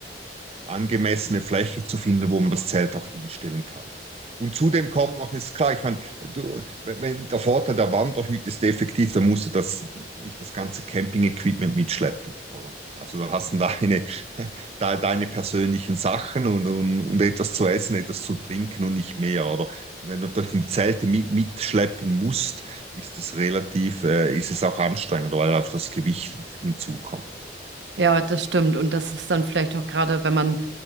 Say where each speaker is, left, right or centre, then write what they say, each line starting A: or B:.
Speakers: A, on the right; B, on the right.
A: angemessene Fläche zu finden, wo man das Zelt auch hinstellen kann. Und zudem kommt noch, ist klar, ich meine, du, wenn, der Vorteil der Wanderhütte ist effektiv, dann musst du das, nicht das ganze Camping-Equipment mitschleppen, oder? Also du hast dann deine, <laughs> deine persönlichen Sachen und, und, und, etwas zu essen, etwas zu trinken und nicht mehr, oder? Und wenn du durch die Zelte mit, mitschleppen musst, ist es relativ, äh, ist es auch anstrengend, weil auch das Gewicht hinzukommt, oder?
B: Ja, das stimmt. Und das ist dann vielleicht auch gerade, wenn man